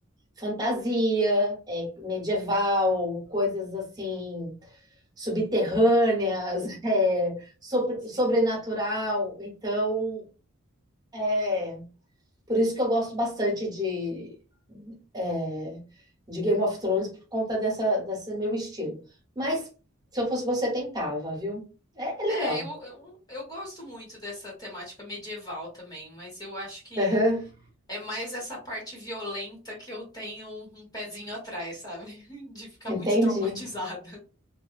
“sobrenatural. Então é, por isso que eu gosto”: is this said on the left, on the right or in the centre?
Right